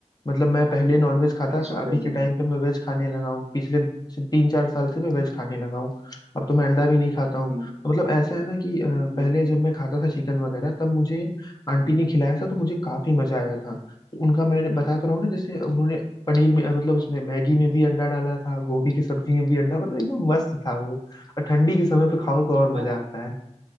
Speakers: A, on the left (about 35°); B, on the right (about 65°).
A: मतलब मैं पहले नॉनवेज खाता
B: है अच्छा
A: था अभी
B: प्योर
A: के
B: वेज
A: टाइम पे मैं वेज खाने लगा हूँ पिछले से- तीन चार साल से मैं वेज खाने लगा हूँ अब तो मैं अंडा भी नहीं खाता हूँ
B: हम्म
A: तो मतलब ऐसा है ना कि अ, पहले
B: हम्म।
A: जब मैं खाता था चिकन वगैरह तब मुझे आंटी ने खिलाया था तो मुझे काफी मजा आया था तो उनका मैंने बता तो रहा हूँ ना जैसे उन्होंने पनीर में अ, मतलब उसमें मैगी में भी अंडा डाला था गोभी की सब्जी में भी अंडा मतलब एकदम मस्त था वो और ठंडी के समय पे खाओ तो और
B: मैं
A: मजा आता है